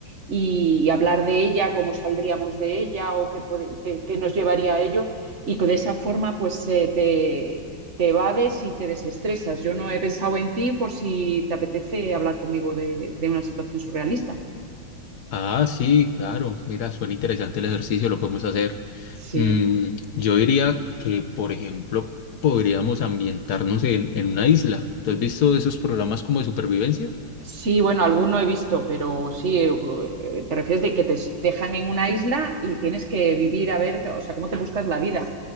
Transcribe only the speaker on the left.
Ah, sí, claro. Mira, suena interesante el ejercicio, lo podemos hacer.
Mm, yo diría que, por ejemplo, podríamos ambientarnos en, en una isla. ¿Tú has visto esos programas como de supervivencia?